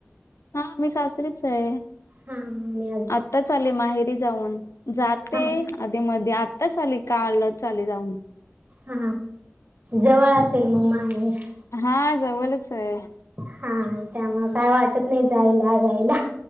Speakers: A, on the left; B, on the right.
A: हा मी सासरीच आहे.
B: हा.
A: आत्ताच आले माहेरी जाऊन. जाते
B: हा
A: आधी मध्ये आत्ताच आली कालच आले जाऊन.
B: हा जवळ असेल मग माहेर.
A: हा जवलंच आहे.
B: हा त्यामुळ काय वाटत नाही जायला यायला.